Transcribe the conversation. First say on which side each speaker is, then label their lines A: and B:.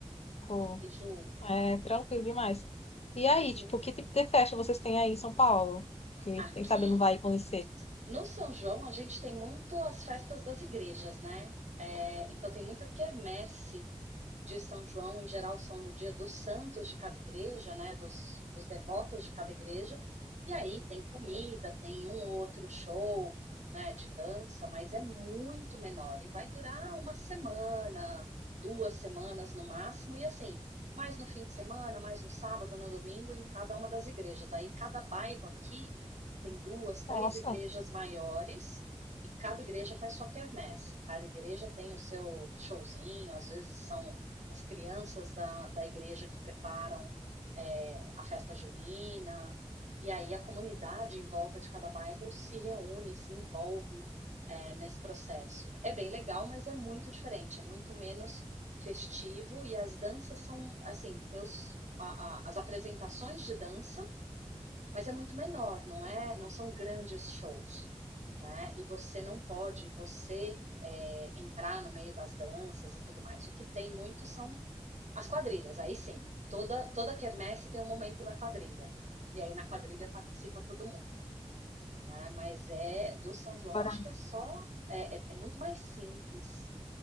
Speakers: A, on the left; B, on the right.
A: Pô,
B: E Ju,
A: é tranquilo demais. E aí,
B: e Ju,
A: tipo, que tipo de festa vocês têm aí em São Paulo? Que
B: aqui
A: quem sabe não vai conhecer.
B: No São João, a gente tem muito as festas das igrejas, né? É, então, tem muita quermesse de São João. Em geral, são no dia dos santos de cada igreja, né? Dos, dos devotos de cada igreja. E aí tem comida, tem um outro show, né? De dança, mas é muito menor. E vai durar uma semana, duas semanas no máximo. E assim, mais no fim de semana, mais no sábado, no domingo, em cada uma das igrejas. Aí, cada bairro aqui tem duas, três
A: Nossa,
B: igrejas maiores e cada igreja faz sua quermesse, cada igreja tem o seu showzinho, às vezes são as crianças da, da igreja que preparam é, a festa junina, e aí a comunidade em volta de cada bairro se reúne, se envolve é, nesse processo. É bem legal, mas é muito diferente, é muito menos festivo, e as danças são, assim, tem os, a, a, as apresentações de dança mas é muito menor, não é? Não são grandes shows, né? E você não pode, você é, entrar no meio das danças e tudo mais. O que tem muito são as quadrilhas. Aí sim, toda toda quermesse tem um momento da quadrilha. E aí na quadrilha participa todo mundo, né? Mas é do São João,
A: agora
B: acho que é só é, é, é muito mais simples